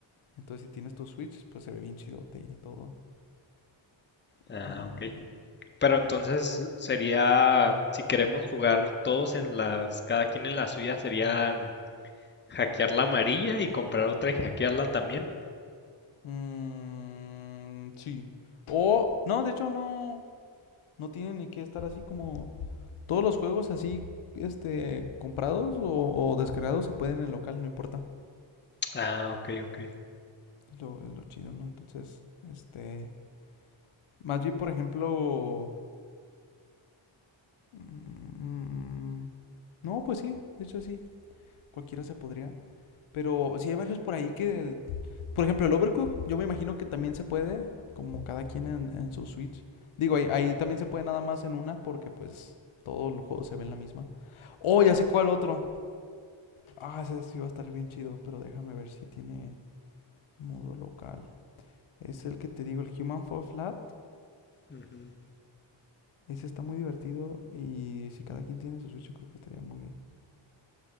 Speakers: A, on the left; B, on the left.
A: Entonces, si tienes tu Switch, pues se ve bien chidote y todo.
B: ah,
A: Am,
B: ok. Pero entonces sería, si queremos jugar todos en las, cada quien en la suya, sería mm, hackear la amarilla y comprar otra y hackearla también.
A: Mm, sí. O, no, de hecho no, no tiene ni que estar así como todos los juegos así, este, comprados o, o descargados se pueden en local, no importa.
B: Ah, ok, ok.
A: Es lo, es lo chido, ¿no? Entonces, este, más bien, por ejemplo, mm, no, pues sí, de hecho sí, cualquiera se podría. Pero sí hay varios por ahí que Por ejemplo, el Overcook, yo me imagino que también se puede, como cada quien en, en su Switch. Digo, ahí, ahí
B: Mm,
A: también se puede nada más en una, porque pues todo el juego se ve en la misma. Oh, ya sé cuál otro. Ah, ese sí va a estar bien chido, pero déjame ver si tiene modo local. Es el que te digo, el Human Fall Flat.
B: ujú.
A: Ese está muy divertido y si cada quien tiene su Switch, yo creo que estaría muy bien.